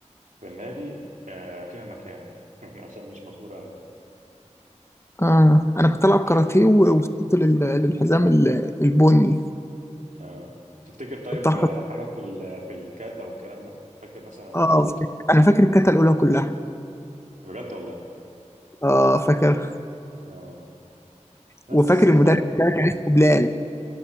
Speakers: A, on the right; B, on the left.
A: في النادي آه، فيها مكان <laughs> يعني عشان مش مشهوره
B: آه أنا كنت ألعب
A: ك-
B: كاراتيه و- ووصلت لل- للحزام ال- البني
A: اه تفتكر طيب
B: الطاقة
A: آه، حاجة في ال... في الكاتا والكلام ده فاكر مثلا إن
B: آه
A: كنت
B: فاكر. أنا فاكر الكتا الأولى كلها
A: بجد والله
B: آه فاكر
A: اه بس
B: وفاكر
A: آه،
B: المدرب
A: لا
B: بتاعي كان اسمه بلال